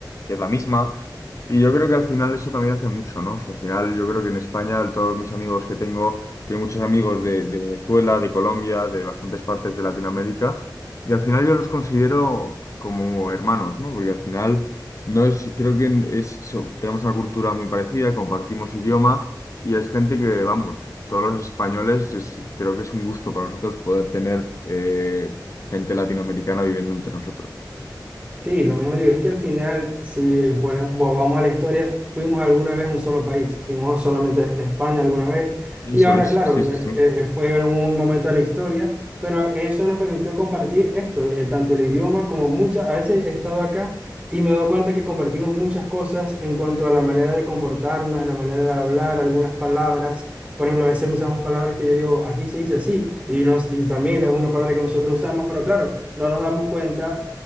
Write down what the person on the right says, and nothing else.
Sí, lo mismo digo, es que al final, si bueno, vo- vamos a la historia, fuimos alguna vez un solo país, fuimos solamente a España alguna vez,
y ahora,
claro,
de-
eh, fue algún momento de la historia, pero eso nos permitió compartir esto, eh, tanto el idioma como muchas, a veces he estado acá y me he dado cuenta que compartimos muchas cosas en cuanto a la manera de comportarnos, en la manera de hablar, algunas palabras, por ejemplo, a veces usamos palabras que yo digo, aquí se dice así, y, nos, y también es una palabra que nosotros usamos, pero claro, no nos damos cuenta